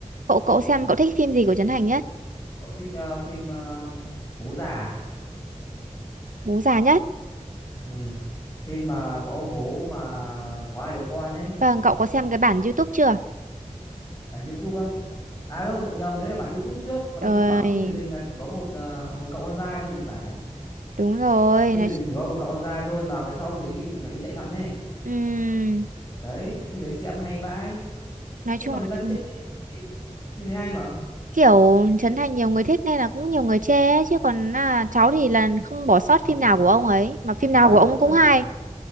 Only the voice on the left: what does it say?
cậu thích ờ, phim ờ, bố già
ừ. phim mà có ông bố mà có hai đứa con ấy
bản YouTube á à đâu cậu nhầm đấy là bản YouTube trước còn
đâu bản phim truyền hình là chỉ có một ờ, một cậu con trai thôi thì phải
Và phim
truyền hình chỉ có một cậu con trai thôi mà về sau ông đấy bị phải đi chạy thận ấy.
Đấy, phim đấy xem hay vãi.
Thế
mà người
ta chê chịu. Phim đấy hay mà.
Không,
thật
ra
tất
cả